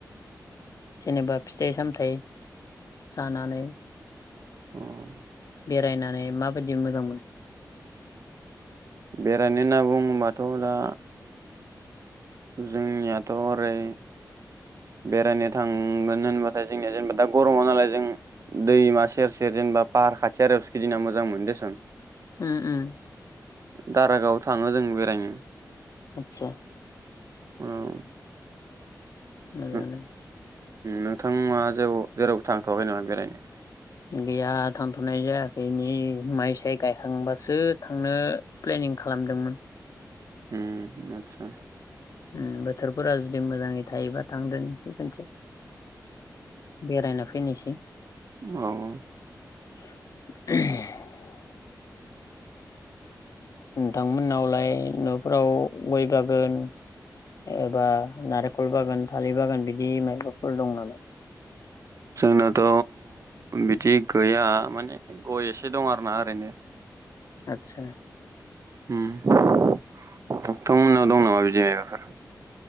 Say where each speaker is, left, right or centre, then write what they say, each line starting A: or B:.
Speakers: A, on the left; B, on the right.
A: जेनेबा फिथाइ सामथायाइ जानानै
B: उम
A: बेरायनानै माबायदि मोजां मोन?
B: बेरायनो होनना बुङोबाथ' दा जोंनियाथ' ओरै बेरायनो थांगोन होनबा जोंनिया जेनेबा दा गरमा नालाय जों दैमा सेर-सेर जेनेबा फाहार खाथि आरियावसो गिदिंना मोजां मोनो। <unintelligible>
A: उम उम
B: <unintelligible> दारागाव थाङो जों बेरायनो।
A: आतसा
B: औ
A: मोजाङानो
B: नो नोंथाङा जेराव थांथ'बाय नामा बेरायनो?
A: गैया थांथ'नाय जायाखै नै माइ साय गायखांबासो थांनो प्लेनिं खालामदोंमोन।
B: उम आतसा।
A: उम बोथोरफोरा जुदि मोजांङै थायोबा थांदोनिसै खोनसे बेरायनो। फैनोसै।
B: औ।
A: <inaudible> नोंथांमोननावलाय न फ्राव गय बागोन एबा नारे कल बागान थालिर बागान बिदि माइबाफोर दं नामा?
B: जोंनाथ' बिदि गैया माने गय एसे दं आरोना ओरैनो।
A: आतसा।
B: उम नोंथांमोननाव दं नामा बिदि मायबाफोर?